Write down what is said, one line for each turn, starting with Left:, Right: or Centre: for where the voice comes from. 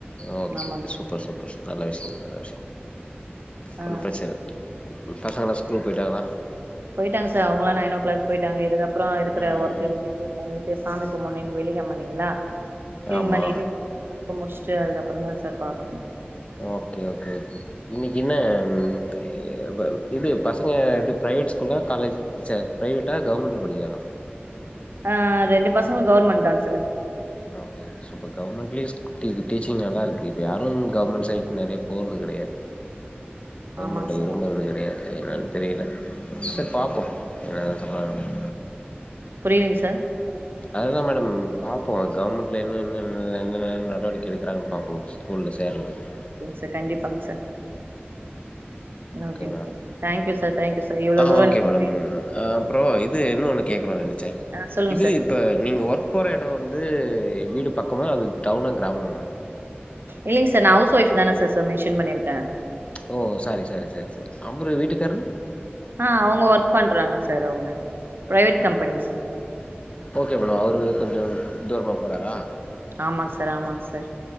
Left: ஓகே
Right: ஆமாங்க
Left: okay
Right: sir
Left: super super super நல்ல விஷ்யோ நல்ல விஷ்யோ
Right: ஆ
Left: ஒன்னு பிரச்சனயில்ல உங்க பசங்கல்லா ஸ்கூல் போயிட்டாங்களா
Right: போயிட்டாங்க சார் அவுங்கல்லா நைன் ஓ கிளாக் போய்ட்டாங்க இதுக்கப்றோ இருக்கிற
Left: ம்
Right: ஒர்க் இருக்கு கிளீன் பண்ணிட்டு சாமி கும்பன்னு இன்னிக்கி வெள்ளிக்கெழம இல்லிங்ளா கிளீன்
Left: ஆமா
Right: பண்ணிட்டு ஒர்க்க முட்ச்சிட்டு அதுக்கப்றோ தா சார் பாக்கணு
Left: ஓகே ஓகே இன்னிக்கு என்ன எ ப இது பசங்க இது பிரைவேட் ஸ்கூலா காலேஜ் சேர் பிரைவேட்டா கவுர்மெண்ட்ல படிக்குறாங்களா
Right: ஆ ரெண்டு பசங்களு கவுர்மெண்ட் தா சார்
Left: ஓகே சூப்பர் கவுர்மெண்ட் ஸ்கூல்லயே டீச்சிங் சூப்பர் கவுர்மெண்ட்லயு டீச்சிங் நல்லா இருக்கு இப்ப யாரு கவுர்மெண்ட் சைட் நெறைய போறது கடையாது கவுர்மெண்ட்டு
Right: ஆமாங்க சார்
Left: விரும்புறது கிடையாது என்னன் தெரில சரி பாப்போம் என்னதா சொல்றாங்கன்னு
Right: புரிலங் சார்
Left: அதுதா மேடம் பாப்போ கவுர்மெண்ட்ல இன்னும்ன்ன என்னென்ன நடவடிக்க எடுக்குறாங்க பாப்போ ஸ்கூல்ல சேரதுக்கு
Right: சார் கண்டிப்பாங்க சார்
Left: ஓகே
Right: ஓகேங்க
Left: madam
Right: sir thank you sir thank you sir இவ்ளோ
Left: ஆ
Right: தூரம்
Left: ஓகே
Right: நீங்களும்
Left: மேடம் ஆ அப்புறோ இது இன்னொன்னு கேக்கணுனு நெனச்சே
Right: ஆ சொல்லுங்க
Left: இது
Right: சார்
Left: இப்ப நீங்க ஒர்க் போற எடோ வந்து வீடு பக்கமா அது டவுனா கிராமமா மேடம்
Right: இல்லங் சார் நா ஹவுஸ் ஒய்ஃப்புனுதானே சார் மென்ஷன் பண்ணிருக்கே
Left: ஓ சாரி சாரி சாரி சாரி அப்புரோ வீட்டுக்காரரு
Right: ஆ அவுங்க ஒர்க் பண்றாங்க சார் அவுங்க ப்ரைவேட் கம்பெனிங் சார்
Left: ஓகே மேடம் அவரு கொஞ்சோ தூரமா போறாரா
Right: ஆமாங்க சார் ஆமாங்க சார்